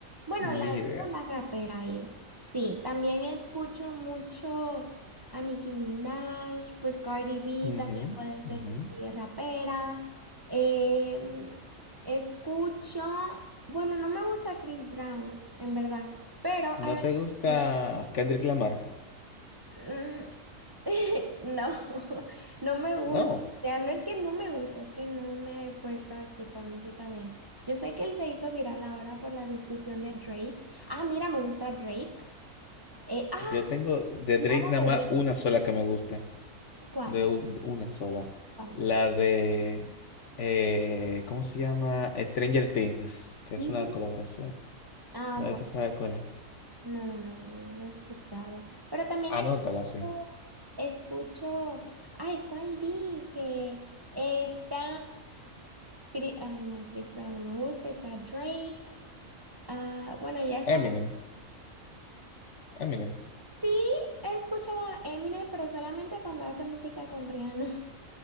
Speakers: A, on the right; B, on the left.
A: bueno,
B: Ni
A: la,
B: idea.
A: una rapera ahí. Sí, también escucho mucho a Nicki Minaj, pues Cardi B
B: Ujú,
A: también puede ser,
B: ujú.
A: sí, rapera. Em, escucho, bueno, no me gusta Chris Brown, en verdad, pero
B: ¿No
A: hay una
B: te gusta
A: canción.
B: Kendrick Lamar?
A: mm, <laughs> No, <laughs> no me No. gusta.
B: No,
A: O sea, no es que no me gusta, es que no me he puesto a escuchar música de él. Yo sé que él se hizo viral ahora por la discusión de Drake. Ah, mira, me gusta Drake. Eh, ah,
B: yo tengo de
A: y
B: Drake
A: amo
B: nada
A: The
B: más
A: Weeknd.
B: una sola que me gusta.
A: ¿Cuál?
B: De un- una sola.
A: ¿Cuál?
B: La
A: ¿Cuál?
B: de, eh, ¿cómo se llama? Stranger Things, que es
A: Mm,
B: una colaboración.
A: Ah,
B: Nadie
A: bueno,
B: te sabe cuál es.
A: no, no, no lo he escuchado. Pero también
B: Anótala,
A: escucho,
B: sí.
A: escucho, ay, ¿cuál dije? Está, Chri- ah, no, Chris Brown no me gusta, está Drake. Ah, bueno, ya se
B: Eminem,
A: me...
B: Eminem.
A: Sí, he escuchado a Eminem, pero solamente cuando hace música con Rihanna. <laughs>